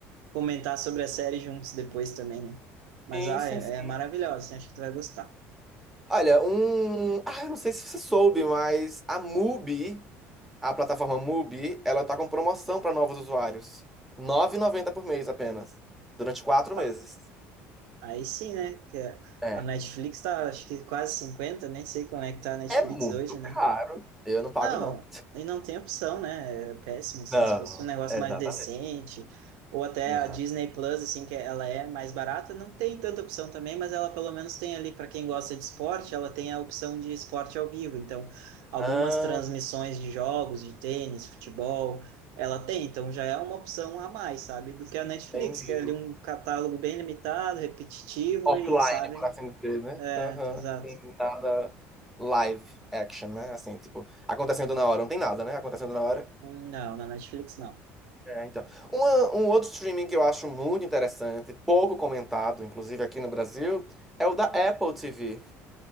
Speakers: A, on the right (about 80°); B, in the centre.
A: comentar sobre a série juntos depois também, né? Mas
B: Sim,
A: ah,
B: sim,
A: é,
B: sim.
A: é maravilhosa. assim, acho que tu vai gostar.
B: Olha, um. Ah, eu não sei se você soube, mas a Mubi, a plataforma Mubi, ela tá com promoção para novos usuários. R$ noventa por mês apenas. Durante quatro meses.
A: É. Aí sim, né? Que
B: É.
A: a Netflix tá, acho que quase cinquenta nem sei como é que tá a Netflix
B: É muito
A: hoje,
B: caro.
A: né?
B: Eu não pago,
A: Não,
B: não.
A: e não tem opção, né? É péssimo, assim,
B: Não,
A: se fosse um negócio
B: exatamente.
A: mais decente, ou até
B: Não.
A: a Disney Plus, assim, que ela é mais barata, não tem tanta opção também, mas ela pelo menos tem ali, para quem gosta de esporte, ela tem a opção de esporte ao vivo. Então, algumas
B: Ah,
A: transmissões de jogos, de tênis, futebol, ela tem, então já é uma opção a mais, sabe? Do que a Netflix,
B: entendi.
A: que é ali um catálogo bem limitado, repetitivo
B: Offline,
A: e, sabe?
B: por assim dizer, né?
A: É,
B: Aham.
A: exato.
B: Tem nada live action, né? Assim, tipo, acontecendo na hora. Não tem nada, né? Acontecendo na hora.
A: Não, na Netflix não.
B: É, então. Uma- um outro streaming que eu acho muito interessante, pouco comentado, inclusive aqui no Brasil, é o da Apple TV.